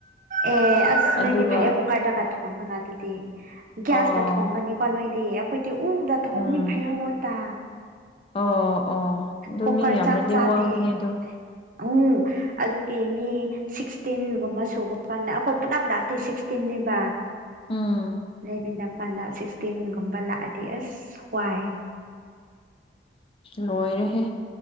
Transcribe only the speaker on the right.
ꯑꯦ ꯑꯁ
ꯅꯣꯏꯒꯤ ꯐꯥꯏꯌꯔ ꯀꯨꯀꯔꯗꯒ ꯊꯣꯡꯉꯒ ꯑꯗꯨꯗꯤ ꯒ꯭ꯌꯥꯁꯇ
ꯊꯣꯡꯒꯅꯤ꯫ ꯀꯣ ꯅꯣꯏꯗꯤ ꯑꯩꯈꯣꯏꯗꯤ ꯎꯗ ꯊꯣꯝꯅꯤ
ꯐꯥꯏꯌꯔꯋꯣꯇ꯫
ꯀꯨꯀꯔ
ꯆꯥꯛ ꯆꯥꯗꯦ
ꯎꯝ ꯑꯗꯨꯒꯤ ꯃꯤ ꯁꯤꯛꯁꯇꯤꯟꯒꯨꯝꯕ ꯁꯨꯕ ꯀꯥꯟꯗ ꯑꯩꯈꯣꯏ ꯄꯨꯂꯞ ꯂꯥꯛꯇꯣꯏꯁꯤ ꯁꯤꯛꯁꯇꯤꯟꯅꯤꯕ꯫
ꯂꯩꯃꯤꯟꯄꯅ ꯁꯤꯛꯁꯇꯤꯟꯒꯨꯝꯕ ꯂꯥꯛꯑꯗꯤ ꯑꯁ ꯋꯥꯏꯑꯦ꯫